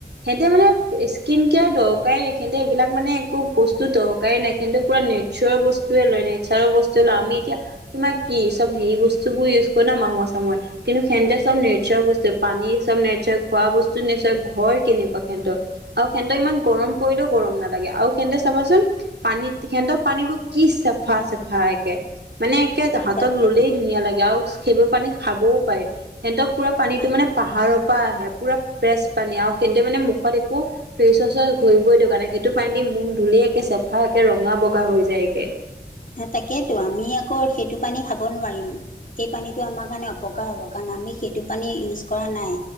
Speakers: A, on the right; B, on the left.
A: সিহঁতে মানে স্কিন কেয়াৰ দৰকাৰেই নাই সিহঁতে এইবিলাক মানে একো বস্তু দৰকাৰেই নাই সিহঁতে পুৰা নেচুৰেল বস্তুৱে লয় নেচাৰৰ বস্তুৱে লয় আমি এতিয়া তোমাৰ কি চব হে বস্তু বোৰ ইউজ কৰো ন মামৰ চামৰ কিন্তু সিহঁতে চব নেচাৰ বস্তু পানী চব নেচাৰ খোৱা বস্তু নেচাৰ ঘৰ কেনেকুৱা সিহঁতৰ। আৰু সিহঁতৰ ইমান গৰম পৰিলেও গৰম নালাগে আৰু সিহঁতে চাবাচোন পানীত সিহঁতৰ পানীবোৰ কি চাফা চাফা একে মানে একে হাতত
B: তাকেতো
A: ললেই ধুনীয়া লাগে আও সেইবোৰ পানী খাবও পাৰি সিহঁতক পুৰা পানীটো
B: তাকেতো
A: মানে পাহাৰৰ পা আহে পুৰা ফ্ৰেচ পানী আৰু সিহঁতে মানে মুখত একো, ফেচ ৱাছ ঘঁহিবই দৰকাৰ নায়, সেইটো পানী দি মখ ধুলেই একে চেফা একে ৰঙা বগা হৈ যায়গে।
B: সে তাকেইতো আমি আকৌ সেইটো পানী খাব নোৱাৰিম। সেই পানীটো আমাৰ কাৰণে অপকাৰ হ'ব কাৰণ আমি সেইটো পানী ইউজ কৰা নাই।